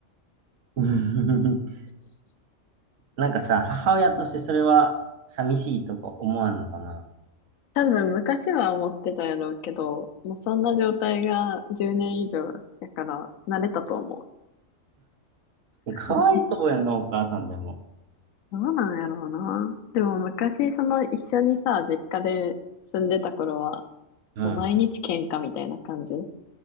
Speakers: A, on the right (about 70°); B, on the left (about 80°).
A: <laughs> なんかさ、母親としてそれは寂しいとか思わんのかな
B: 多分昔は思ってたやろうけど、もうそんな状態が10年以上やから慣れたと思う。
A: かわいそうやな、
B: <laughs>
A: お母さんでも。
B: どうなんやろうな。でも昔、その一緒にさ、実家で住んでた頃は、
A: うん。
B: もう毎日喧嘩みたいな感じ。